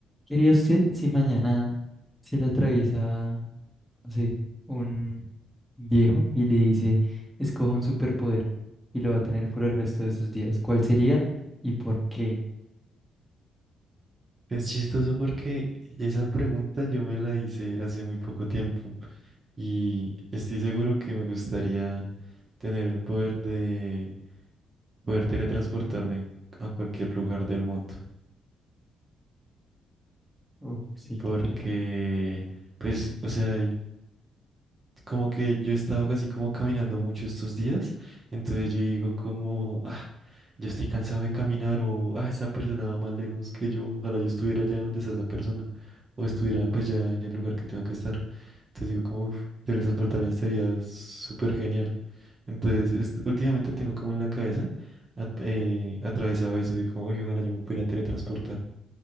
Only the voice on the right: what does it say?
Es chistoso porque esa pregunta yo me la hice hace muy poco tiempo y estoy seguro que me gustaría tener el poder de poder teletransportarme en- a cualquier lugar del mundo.
Porque,
pues, o sea, como que yo he estado casi como caminando mucho estos días, entonces yo digo como, ah, yo estoy cansado de caminar o, ah, esa persona va más lejos que yo, ojalá yo estuviera allá donde está esa persona o estuviera pues ya en el lugar que tengo que estar. Entonces digo, como "Uf, teletransportarme sería súper genial. Entonces, est- últimamente tengo como en la cabeza at- eh, atravesado eso de como, "Uy, ojalá yo me pudiera teletransportar.